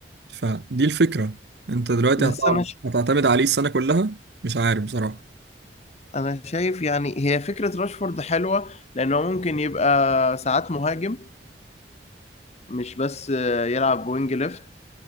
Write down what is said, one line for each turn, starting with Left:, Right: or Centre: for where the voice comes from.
Right: فدي الفكره انت دلوقتي
Left: بس
Right: هتعرف
Left: انا
Right: هتعتمد عليه السنه كلها مش عارف بصراحه
Left: انا شايف يعني هي فكرة راشفورد حلوة لانه ممكن يبقى ساعات مهاجم مش بس آه، يلعب وينج ليفت